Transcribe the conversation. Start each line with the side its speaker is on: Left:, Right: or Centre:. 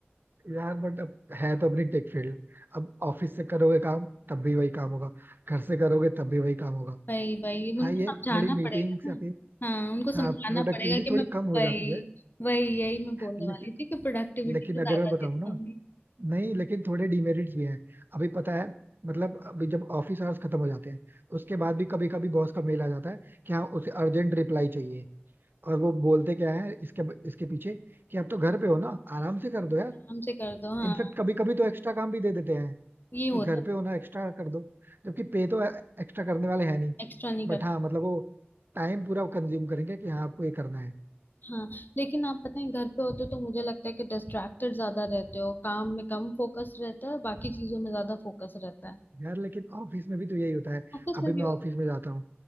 Right: यार बट अब है तो अपनी टेक फील्ड अब ऑफिस से करोगे काम तब भी वही काम होगा घर से करोगे तब भी वही काम होगा
Left: भाई भाई उनको
Right: हाँ ये
Left: समझाना
Right: थोड़ी मीटिंग्स
Left: पड़ेगा ना
Right: या फिर
Left: हाँ उनको समझाना
Right: हाँ प्रोडक्टिविटी
Left: पड़ेगा कि
Right: थोड़ी
Left: मैं
Right: कम हो
Left: भाई
Right: जाती है
Left: वही यही मैं बोलने
Right: लेकिन
Left: वाली थी कि प्रोडक्टिविटी
Right: लेकिन
Left: पे ज्यादा
Right: अगर मैं बताऊँ
Left: देखूंगी
Right: ना नहीं लेकिन थोड़े डिमेरिट्स भी हैं अभी पता है मतलब अभी जब ऑफिस आवर्स खत्म हो जाते हैं उसके बाद भी कभी कभी बॉस का मेल आ जाता है कि हाँ उसे अर्जेंट रिप्लाई चाहिए और वो बोलते क्या है इसके इसके पीछे कि आप तो घर पे हो ना आराम से कर दो यार
Left: काम से कर दो हाँ
Right: इनफेक्ट कभी कभी तो एक्स्ट्रा काम भी दे देते हैं
Left: ये होता
Right: कि घर पे होना एक्स्ट्रा कर दो जबकि पे तो एक्स्ट्रा करने वाले हैं नहीं
Left: है एक्स्ट्रा नहीं
Right: बट
Left: करते
Right: हाँ मतलब वो टाइम पूरा कंज्यूम करेंगे कि हाँ आपको ये करना है
Left: हाँ लेकिन आप पता है घर पे होते हो तो मुझे लगता है कि डिस्ट्रैक्टेड ज्यादा रहते हो काम में कम फोकस रहता है बाकी चीजों में ज्यादा फोकस रहता है
Right: यार लेकिन ऑफिस में भी तो यही होता है
Left: ऑफिस
Right: अभी
Left: में भी
Right: मैं ऑफिस
Left: होता
Right: में जाता हूँ